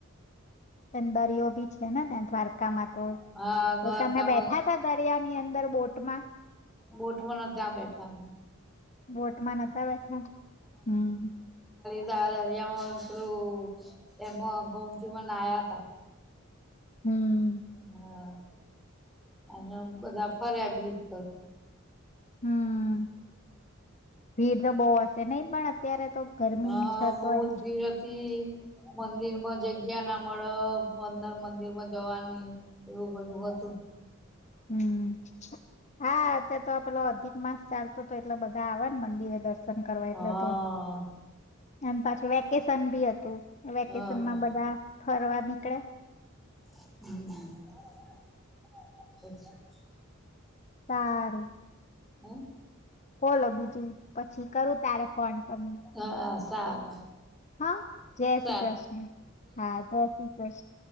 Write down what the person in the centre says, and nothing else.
હા
દ્વારકામાં
બોટમાં નથી આ બેઠા અમે
દરિયામાંલું એમાં ગોમતી નાયા ત
હા અને બધા ફર્યા બીજ પર
હા
બહત
ભીડ હતી મંદિર માં જગ્યા ના મળે મંદર મંદિર માં જવાની એવું બધું હતું
હા
હા
હમ <inaudible>
હમ
હા સારું
સારું